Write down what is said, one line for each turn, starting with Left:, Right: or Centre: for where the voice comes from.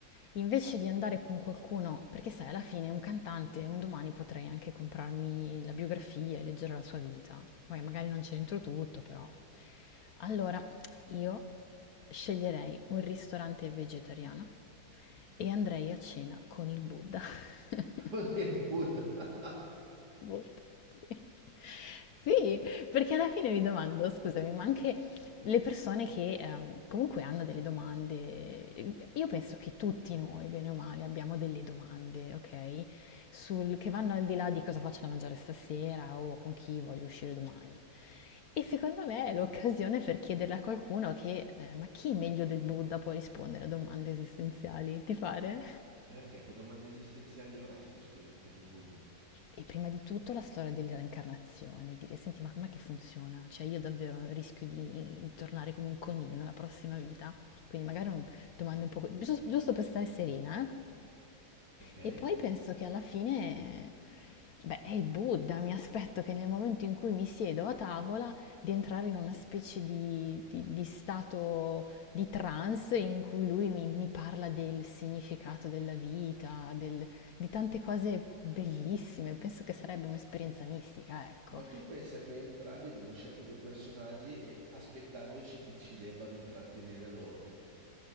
Left: invece di andare con qualcuno, perché sai, alla fine un cantante, un domani potrei anche comprarmi la biografia e leggere la sua vita. Poi magari non c'entro tutto, però. Allora, io sceglierei un ristorante vegetariano e andrei a cena con il Buddha.
Right: <laughs> Con
Left: <laughs>
Right: il Buddha.
Left: Sì. Sì, perché alla fine mi domando, scusami, ma anche le persone che ehm, comunque hanno delle domande, io penso che tutti noi, bene o male, abbiamo delle domande, ok? Sul, che vanno al di là di cosa faccio da mangiare stasera o con chi voglio uscire domani. E secondo me è l'occasione per chiederle a qualcuno che, eh, ma chi meglio del Buddha può rispondere a domande esistenziali? Ti pare?
Right: Perché che domande esistenziali avresti, scusa, per il Buddha?
Left: E prima di tutto la storia della reincarnazione, dire senti ma com'è che funziona? Cioè io davvero rischio di tornare come un coniglio nella prossima vita? Quindi magari un, domande un po', giusto, giusto per stare serena, eh?
Right: Ok?
Left: E poi penso che alla fine, beh, è il Buddha, mi aspetto che nel momento in cui mi siedo a tavola di entrare in una specie di, di- di stato di trance in cui lui mi, mi parla del significato della vita, del- di tante cose bellissime. Penso che sarebbe un'esperienza mistica, ecco.
Right: Ma tu pensa che entrambi abbiamo scelto due personaggi e aspettandoci che ci debbano intrattenere loro.